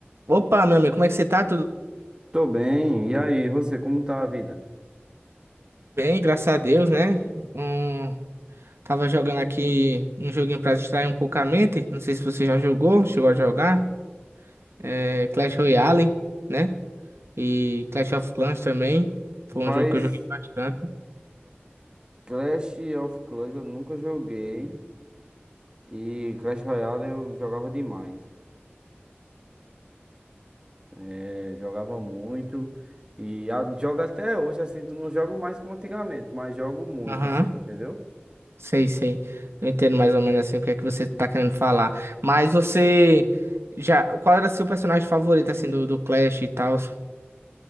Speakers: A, on the right; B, on the right.
A: Opa, meu amigo, como é que você tá? Tudo
B: Tô bem, e aí, você, como tá a vida?
A: bem? Graças a Deus, né? Hum, tava jogando aqui um joguinho pra distrair um pouco a mente. Não sei se você já jogou, chegou a jogar. É, Clash Royale, né? E Clash of Clans também. Foi
B: Rapaz,
A: um jogo que eu joguei bastante.
B: Clash of Clans eu nunca joguei e Clash Royale eu jogava demais. É, jogava muito e a- jogo até hoje, assim, não jogo mais como antigamente, mas jogo muito,
A: Aham,
B: assim, entendeu?
A: sei, sei. Eu entendo mais ou menos assim o que é que você tá querendo falar. Mas você já. Qual era seu personagem favorito, assim, do, do Clash e tal?